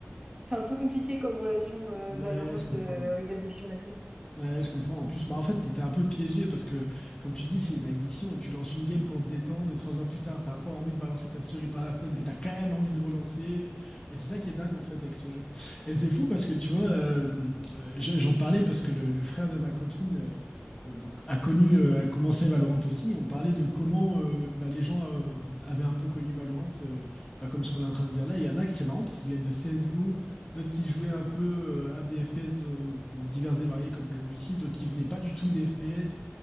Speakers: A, on the right; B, on the left.
A: c'est un peu compliqué comme relation euh,
B: Mais
A: Valorant
B: je comprends.
A: euh, avec l'addiction et tout.
B: Ouais, je comprends. En plus, bah, en fait, t'étais un peu piégé parce que, comme tu dis, c'est une addiction et tu lances une game pour te détendre et trois heures plus tard, t'as encore envie de balancer ta souris par la fenêtre, mais t'as quand même envie de relancer. Et c'est ça qui est dingue, en fait, avec ce jeu. Et c'est fou parce que, tu vois, euh, euh, je- j'en parlais parce que le, le frère de ma copine euh, euh, a connu, euh, a commencé Valorant aussi. On parlait de comment euh, bah, les gens euh, avaient un peu connu Valorant, euh, bah, comme ce qu'on est en train de dire là. Il y en a que c'est marrant parce qu'ils viennent de CSGO d'autres qui jouaient un peu euh, à des FPS euh, divers et variés comme Call of Duty, d'autres qui venaient pas du tout des FPS.